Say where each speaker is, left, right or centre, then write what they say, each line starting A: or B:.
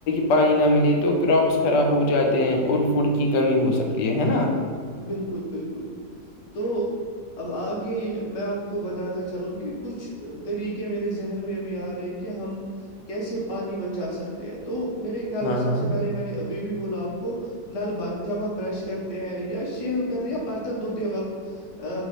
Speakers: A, on the left; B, on the left.
A: پانی نہ ملے تو کراپس خراب ہو جاتے ہیں اور فوڈ کی کمی ہو سکتی ہے ہے نا
B: بالکل بالکل تو اب آگے میں آپ کو بتاتا چلوں کہ کچھ طریقے میرے ذہن میں ابھی آ رہے ہیں کہ ہم کیسے پانی بچا سکتے تو میرے خیال
A: ہاں
B: میں سب
A: ہاں
B: سے پہلے میں نے بھی بولا آپ کو نل بند جب ہم برش کرتے ہیں یہ یا شیو کرتے یا برتن دھتے وقت